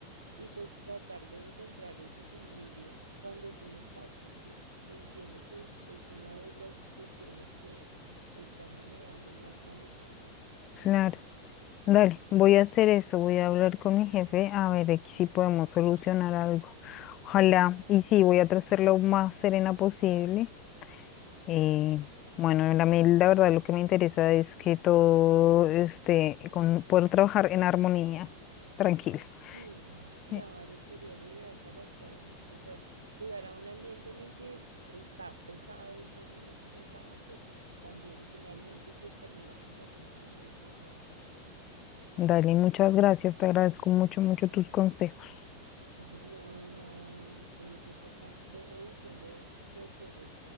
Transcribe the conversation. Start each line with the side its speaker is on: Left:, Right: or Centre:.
Right: y pues tratar de encontrar ese equilibrio cuando tú no estás, porque entiendo que es una de las cuestiones que está generando más malestar.
Left: Claro. Dale, voy a hacer eso, voy a hablar con mi jefe a ver de que si podemos solucionar algo. Ojalá, y sí, voy a tratar lo más serena posible. Eh, bueno, la, mí la verdad lo que me interesa es que todo esté con poder trabajar en armonía, tranquila
Right: Sí, claro,
Left: Eh,
Right: sería lo ideal para todos. O sea, llegar a un ambiente en el que está pesado y todo el mundo estresado, pues también finalmente se termina contagiando y no es la idea.
Left: Dale, muchas gracias, te agradezco mucho, mucho tus consejos.
Right: <laughs> No, de nada, Euge, Euge, por favor. Veme diciendo qué ocurre.